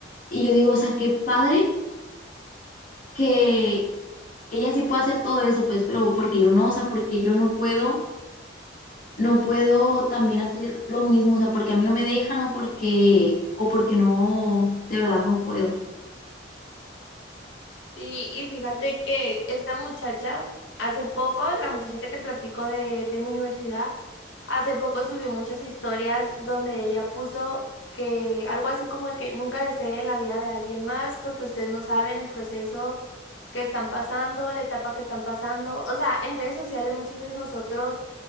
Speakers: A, on the left (about 45°); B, on the left (about 80°).
A: Y yo digo, o sea, qué padre que ella sí pueda hacer todo eso, pues, pero porque yo no, o sea, porque yo no puedo, no puedo también hacer lo mismo, o sea, porque a mí no me dejan o porque, o porque no, de verdad no puedo.
B: Sí, y fíjate que esta muchacha, hace poco, la muchacha que te platico de, de mi universidad, hace poco subió muchas historias donde ella puso que algo así como de que nunca deseen la vida de alguien más porque ustedes no saben el proceso que están pasando, la etapa que están pasando. O sea, en redes sociales muchas veces nosotros